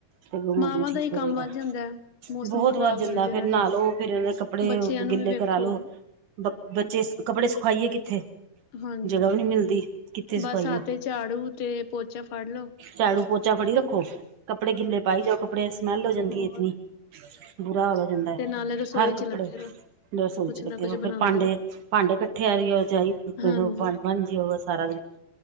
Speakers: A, on the right (about 70°); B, on the left (about 50°).
A: ਤੇ ਮੋਰੀਆਂ
B: ਮਾਵਾਂ
A: ਠੀਕ
B: ਦਾ ਹੀ
A: ਹੋ ਜਾਏਗਾ,
B: ਕੰਮ ਵੱਧ ਜਾਂਦਾ ਹੈ ਮੌਸਮ
A: ਬਹੁਤ
B: ਖ਼ਰਾਬ
A: ਵਾਰ ਜਾਂਦਾ
B: ਹੋਏ ਜਰਾ
A: ਫੇਰ ਨਾਲ
B: ਜੇ
A: ਉਹ ਫਿਰ ਇਹ ਨੇ ਕੱਪੜੇ ਕੱਪੜੇ
B: ਬੱਚਿਆਂ ਨੂੰ
A: ਗਿੱਲੇ
B: ਵੀ ਵੇਖੋ
A: ਕਰਾਲੋ,,, ਬ ਬੱਚੇ ਕੱਪੜੇ ਸੁਖਾਈਏ ਕਿੱਥੇ?
B: ਹਾਂਜੀ,,,,
A: ਜਗ੍ਹਾ ਵੀ ਨਹੀਂ ਮਿਲਦੀ ਕਿੱਥੇ ਸੁਖਾਈਏ
B: ਬਸ ਹੱਥ ਚ ਝਾੜੂ ਤੇ ਪੋਚਾ ਫੜ ਲੋ,
A: ਝਾੜੂ ਪੋਚਾ ਫੜੀ ਰੱਖੋ ਕੱਪੜੇ ਗਿੱਲੇ ਪਾਈ ਜਾਓ ਕੱਪੜਿਆਂ ਦੀ ਸੁਮੇਲ ਹੋ ਜਾਂਦੀ
B: ਹੋਰ
A: ਹੈ ਇਤਨੀ, ਬੁਰਾ ਹਾਲ ਹੋ ਜਾਂਦਾ ਹੈ
B: ਤੇ ਨਾਲੇ
A: ਹਰ ਇੱਕ,
B: <unintelligible>
A: <unintelligible>
B: ਕੁਛ ਨਾ ਕੁਛ ਬਣਾਉਂਦੇ ਰਹੋ ਹਾਂਜੀ